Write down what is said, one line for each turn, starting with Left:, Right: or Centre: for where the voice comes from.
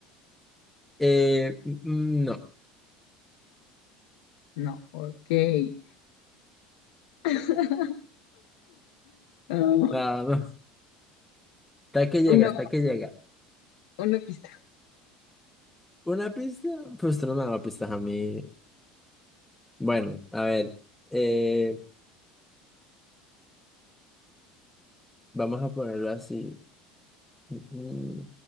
Centre: Eh, mm, no, no,
Left: No, ok. <laughs> Ah,
Centre: Ah, no. Hasta que llega,
Left: una,
Centre: hasta que llega.
Left: una pista.
Centre: ¿Una pista? Pues tú no me das pistas a mí. Bueno, a ver. Eh, vamos a ponerlo así. Mm,